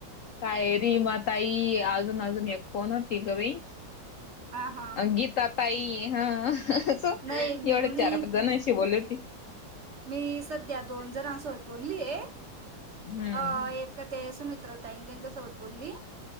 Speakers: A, on the left; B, on the right.
A: काय रीमा ताई अजून अजून एक कोण होती ग बाई
B: हा हा
A: गीता ताई हा एवढच
B: नाही मी
A: अस चार जणांशी अशी बोलली होती
B: मी सध्या दोन जणांसोबत बोलली आहे
A: हम्म
B: अ एक ते सुमित. त्यांच्या सोबत बोलली